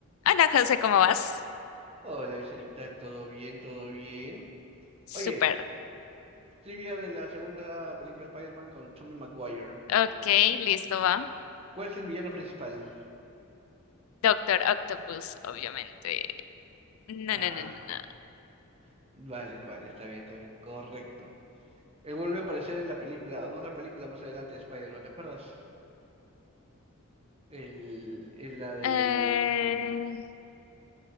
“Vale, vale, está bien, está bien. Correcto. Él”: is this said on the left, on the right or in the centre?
Right